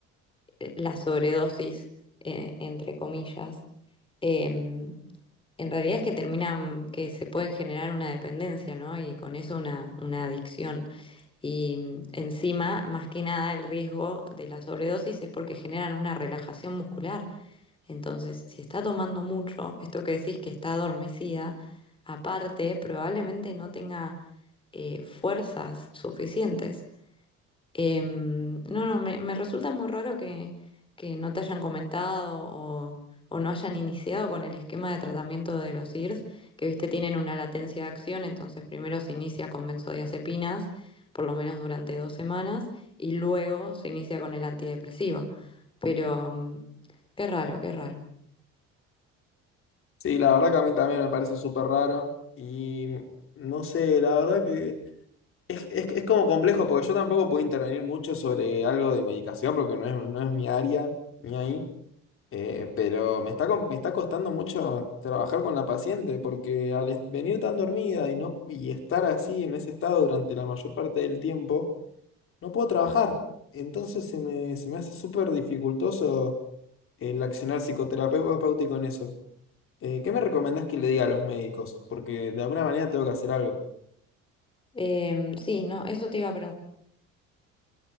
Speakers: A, on the left (about 15°); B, on the left (about 45°).
A: eh, la sobredosis, eh, entre comillas, em, En realidad es que terminan, que se pueden generar una dependencia, ¿no? Y con eso una, una adicción. Y mm, encima, más que nada, el riesgo de la sobredosis es porque generan una relajación muscular. Entonces, si está tomando mucho, esto que decís que está adormecida, aparte, probablemente no tenga eh, fuerzas suficientes. Em, no, no, me, me resulta muy raro que, que no te hayan comentado o, o no hayan iniciado con el esquema de tratamiento de los IRS, que viste tienen una latencia de acción, entonces primero se inicia con benzodiazepinas, por lo menos durante dos semanas, y luego se inicia con el antidepresivo. Pero mm, qué raro, qué raro.
B: Sí, la verdad que a mí también me parece súper raro y no sé, la verdad que... Es, es, es como complejo porque yo tampoco puedo intervenir mucho sobre algo de medicación porque no es, no es mi área ni ahí, eh, pero me está, com- me está costando mucho trabajar con la paciente porque al es- venir tan dormida y, no, y estar así en ese estado durante la mayor parte del tiempo, no puedo trabajar. Entonces se me, se me hace súper dificultoso el accionar psicoterapéutico en eso. Eh, ¿qué me recomendás que le diga a los médicos? Porque de alguna manera tengo que hacer algo.
A: Em, sí, no, eso te iba a preguntar.